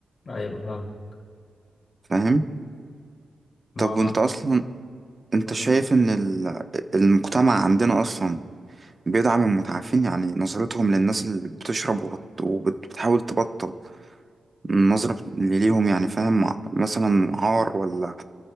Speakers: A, on the left; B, on the right.
A: ايوه فاهم
B: فاهم
A: ما
B: طب وانت أصلا انت
A: قول
B: شايف
A: لي
B: ان ال... المجتمع عندنا أصلا بيدعم المتعافين يعني نظرتهم للناس اللي بتشرب وبت... وبتحاول تبطل النظرة اللي ليهم يعني فاهم مثلا عار ولا